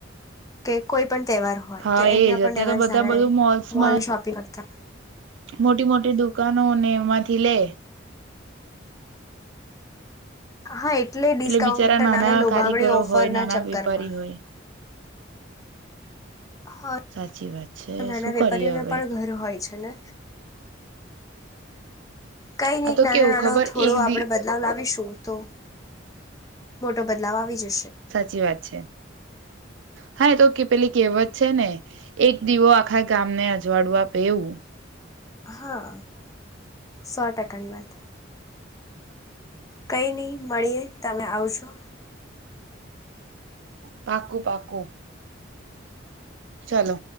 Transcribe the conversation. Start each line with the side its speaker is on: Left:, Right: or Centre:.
Left: કે કોઈ પણ તહેવાર હોય
Right: હા
Left: તો એમના
Right: એજ
Left: પણ
Right: અત્યારે
Left: તહેવાર
Right: તો બધા
Left: સારા
Right: બધું
Left: રહે
Right: મોલ્સમાં
Left: મોલ શોપિંગ કરતા
Right: મોટી મોટી દુકાનો ને મા થી લે
Left: હા એ એટલે ડિસ્કાઉન્ટનાને
Right: બિચારા નાના
Left: લોભામણી
Right: કારીગરો
Left: ઓફરના
Right: હોય નાના
Left: ચક્કર
Right: વેપારી
Left: માં
Right: હોય
Left: હા
Right: સાચી વાત છે
Left: નાના
Right: શું
Left: વેપારીઓના
Right: કરીએ હવે
Left: પણ ઘર હોય છે ને કઈ નહી
Right: આ તો
Left: નાનો
Right: કેવું
Left: નાનો
Right: ખબર
Left: થોડો
Right: એક
Left: આપણેે
Right: દી
Left: બદલાવ લાવીશું તો મોટો બદલાવ આવી જ
Right: સાચી વાત છે હા એ તો કે પેલી કહેવત છે ને એક દીવો આખા ગામને અજવાડું આપ એવું
Left: હા સો ટકાની વાત કઈ નહી મળીએ તમે આવજો
Right: પાકું પાકું ચાલો.